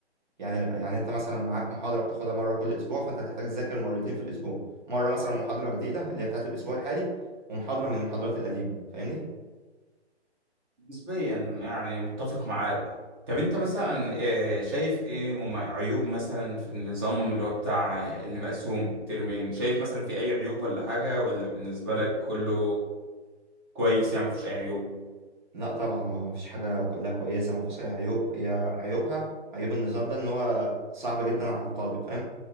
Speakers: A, on the right (about 40°); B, on the right (about 20°).
A: يعني يعني أنت مثلا معاك محاضرة بتاخدها مرة كل أسبوع فأنت هتحتاج تذاكر مرتين في الأسبوع مرة مثلا محاضرة جديدة اللي هي بتاعت الأسبوع الحالي ومحاضرة من المحاضرات القديمة فاهمني؟
B: نسبيا يعني متفق معاك طب انت مثلا آه، شايف ايه مم- عيوب مثلا في النظام اللي هو بتاع آه، اللي مقسوم ترمين شايف مثلا في اي عيوب ولا حاجة ولا بالنسبة لك كله كويس يعني ما فيهوش اي عيوب
A: لا طبعا هو مفيش حاجة كلها كويسة مفيش أي عيوب هي عيوبها عيوب النظام ده إن هو صعب جدا على الطالب فاهم